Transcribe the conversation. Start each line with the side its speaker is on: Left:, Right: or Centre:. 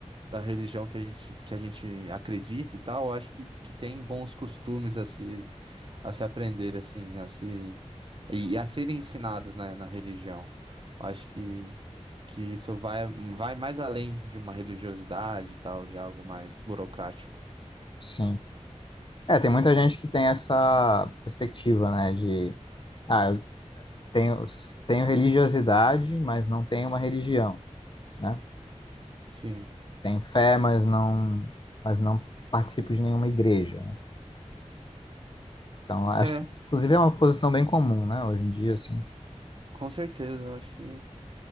Right: da religião que a gente, que a gente acredita e tal, eu acho que, que tem bons costumes a se, a se aprender, assim, a se. E e a serem ensinados, né, na religião. Eu acho que, que isso vai, vai mais além de uma religiosidade e tal, de algo mais burocrático.
Left: sim. É, tem muita gente que tem essa perspectiva, né, de, ah, eu tenho, tenho religiosidade, mas não tenho uma religião, né?
Right: Sim.
Left: Tenho fé, mas não, mas não participo de nenhuma igreja, né? Então, acho
Right: É,
Left: que, inclusive, é uma posição bem comum, né, hoje em dia, assim,
Right: com certeza. Eu acho que,